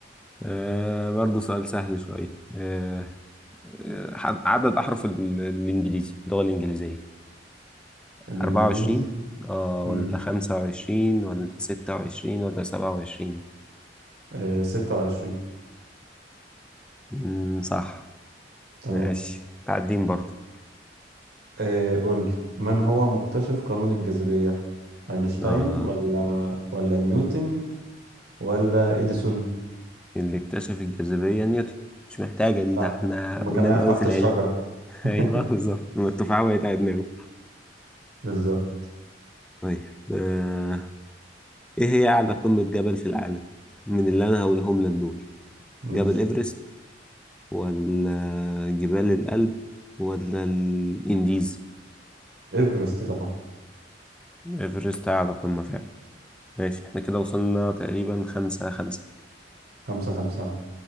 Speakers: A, in the centre; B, on the right (about 60°).
A: آه برضه سؤال سهل شوية آه آه، ح- عدد أحرف ال- الإنجليزي اللغة الإنجليزية
B: الإنجليزي
A: 24 آه ولا
B: مم.
A: 25 ولا 26 ولا 27
B: آه ستة وعشرين
A: مم، صح
B: تمام
A: ماشي تعدين برضه
B: آه قول لي من هو مكتشف قانون الجاذبية أينشتاين
A: آه
B: ولا ولا نيوتن ولا إديسون
A: اللي اكتشف الجاذبية نيوتن مش محتاجة دي
B: صح
A: ده احنا
B: ما
A: قدام
B: كان قاعد
A: أوي
B: تحت
A: في العلم
B: الشجرة
A: <laughs>
B: <laughs>
A: أيوه بالظبط لما التفاحة وقعت على دماغه
B: بالظبط
A: طيب آه إيه هي أعلى قمة جبل في العالم من اللي أنا هقولهم لك دول
B: ماشي
A: جبل إيفرست ولا جبال الألب ولا الإنديز
B: إيفرست طبعا
A: إيفرست أعلى قمة فعلا ماشي احنا كده وصلنا تقريبا خمسة خمسة
B: خمسة خمسة أهو.